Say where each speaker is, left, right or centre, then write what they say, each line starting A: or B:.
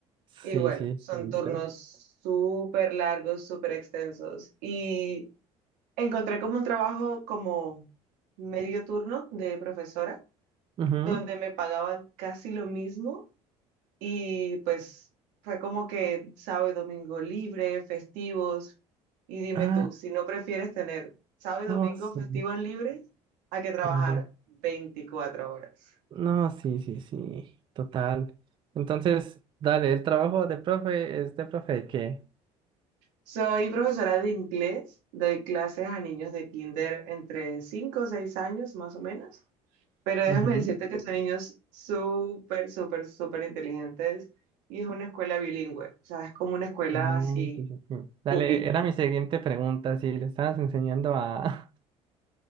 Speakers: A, on the right; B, on the right.
A: Sí,
B: y bueno,
A: sí,
B: son
A: sí, listo.
B: turnos súper largos, súper extensos y encontré como un trabajo como medio turno de profesora,
A: Ujú.
B: donde me pagaban casi lo mismo Y pues fue como que sábado y domingo libre, festivos. Y dime
A: Ah,
B: tú, si no prefieres tener sábado y domingo
A: no, sí,
B: festivos libres, a que trabajar
A: claro.
B: 24 horas.
A: No, sí, sí, sí, total. Entonces, dale, el trabajo de profe es de profe de qué?
B: Soy profesora de inglés, doy clases a niños de kinder entre 5 o 6 años más o menos, pero déjame
A: Ujú.
B: decirte que son niños súper, súper, súper inteligentes y es una escuela bilingüe, o sea, es como una escuela
A: Ah,
B: así,
A: sí, sí, sí. Dale,
B: pupi
A: era mi siguiente pregunta, si le estabas enseñando a, <laughs>